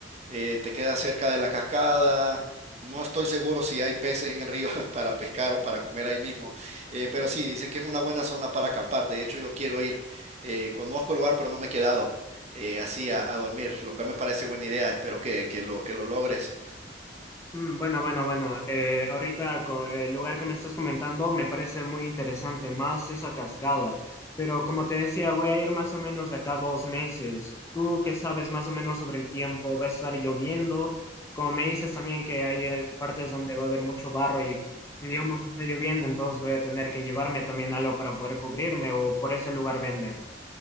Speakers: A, on the right; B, on the left.
A: eh, te queda cerca de la cascada. No estoy seguro si hay peces en el río <laughs> para pescar o para comer ahí mismo, eh, pero sí, dicen que es una buena zona para acampar. De hecho, yo quiero ir. Eh, conozco el lugar, pero no me he quedado eh, así a, a dormir, lo cual me parece buena idea. Espero que, que lo, que lo logres.
B: Mm, Bueno, bueno, bueno. Eh, ahorita co- el lugar que me estás comentando me parece muy interesante, más esa cascada. Pero como te decía, voy a ir más o menos de acá a dos meses. ¿Tú qué sabes más o menos sobre el tiempo? ¿Va a estar lloviendo? Como me dices también que hay eh, partes donde va a haber mucho barro y digamos está lloviendo, entonces voy a tener que llevarme también algo para poder cubrirme o por ese lugar venden.